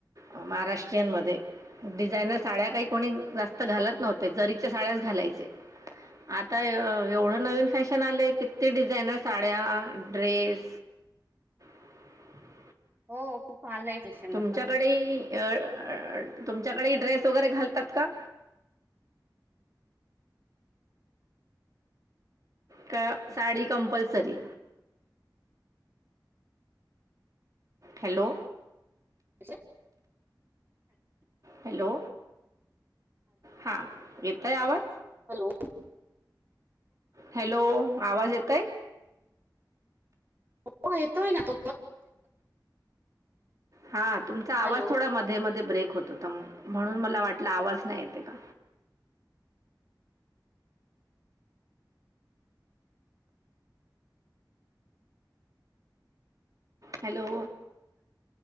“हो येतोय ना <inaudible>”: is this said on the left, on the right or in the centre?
Right